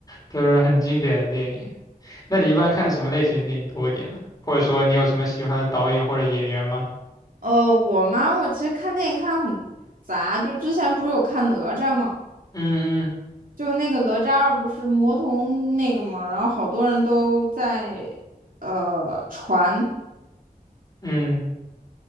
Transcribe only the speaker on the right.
嗯，
呃，我嘛，我其实看电影看得很杂，就之前不是有看哪吒吗？
就那个哪吒二不是魔童那个嘛，然后好多人都在呃传，